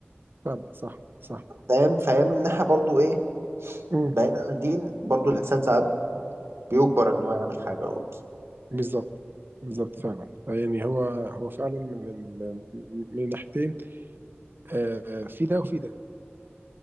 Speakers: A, on the right; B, on the right.
A: فعلا صح صح
B: فاهم فاهم الناحية برضه ايه
A: امم
B: بعيد عن الدين برضه الانسان ساعات بيجبر ان هو يعمل حاجة غلط
A: بالظبط بالظبط فعلا يعني هو هو فعلا من ال... من الناحيتين آه في ده وفي ده